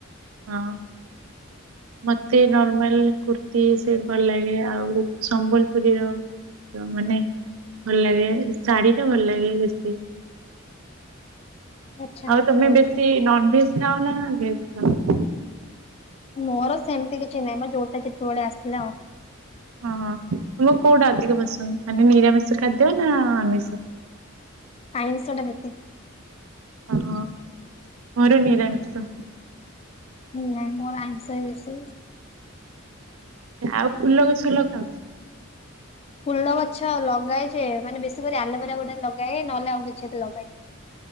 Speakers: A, on the right (about 80°); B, on the left (about 30°).
A: ହଁ, ମତେ ନର୍ମାଲ କୁର୍ତ୍ତୀ ସେଟ୍ ଭଲ ଲାଗେ, ଆଉ ସମ୍ବଲପୁରୀର ତ ମାନେ ଭଲ ଲାଗେ, ଶାଢୀଟା ଭଲ ଲାଗେ ବେଶୀ।
B: ଆଚ୍ଛା
A: ଆଉ
B: ଆଚ୍ଛା
A: ତମେ ବେଶୀ ନନଭେଜ୍ ଖାଅନା ନା ଭେଜ୍ ଖାଅ?
B: ମୋର ସେମତି କିଛି ନାହିଁ, ମୋ ଯୋଉଟା ଯେତେବେଳେ ଆସିିଲା ଆଉ।
A: ଅଁ ହଁ। ତମକୁ କୋଉଟା ଅଧିକ ପସନ୍ଦ, ମାନେ ନିରାମିଷ ଖାଦ୍ୟ ନା ଆମିଷ?
B: ଆଇଁଷଟା ବେଶୀ।
A: ଅହୋ, ମୋର ନିରାମିଷ।
B: ହୁଁ ନାଇଁ ମୋର ଆଇଁଷ ବେଶୀ
A: ଆଉ ଫୁଲ ଗଛ ଲଗାଅ?
B: ଫୁଲ ଗଛ ଲଗାଏ ଯେ, ମାନେ ବେଶୀ କରି ଆଲୋଭେରା ଗୁଡ଼ା ଲଗାଏ ନହେଲେ ଆଉ କିଛି ଏତେ ଲଗାଏନି।